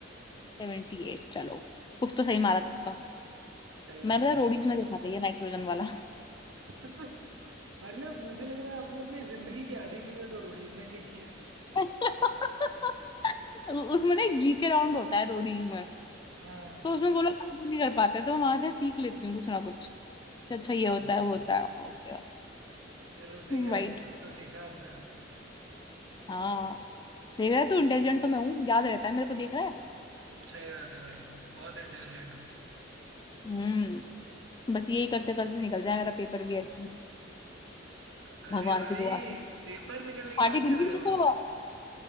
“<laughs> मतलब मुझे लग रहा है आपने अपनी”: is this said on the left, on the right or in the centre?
Right